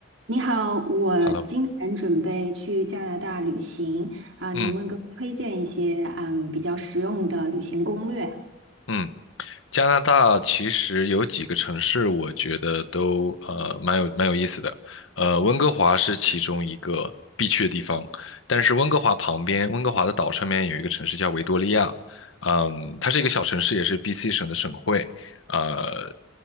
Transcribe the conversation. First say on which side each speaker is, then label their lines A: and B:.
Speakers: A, on the right (about 75°); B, on the left (about 85°).
A: 你好，我今年准备去加拿大旅行啊，
B: Hello，嗯
A: 能不能给我推荐一些嗯比较实用的旅行攻略？
B: 嗯，加拿大其实有几个城市，我觉得都呃蛮有蛮有意思的，呃，温哥华是其中一个必去的地方，但是温哥华旁边，温哥华的岛上面有一个城市叫维多利亚，嗯，它是一个小城市，也是 BC 省的省会，呃，